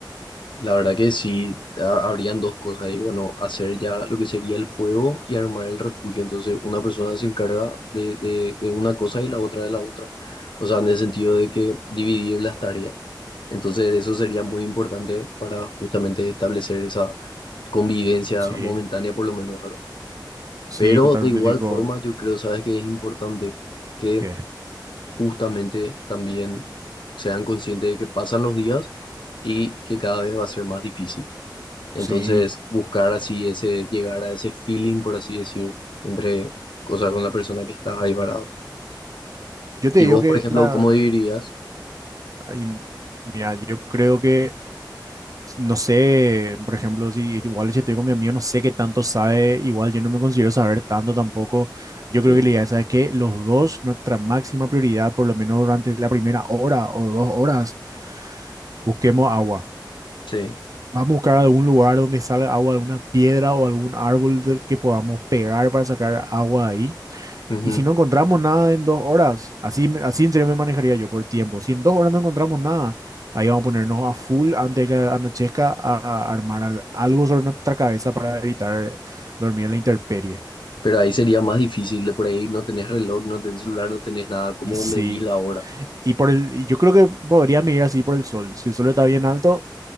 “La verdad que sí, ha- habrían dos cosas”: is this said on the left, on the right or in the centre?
Left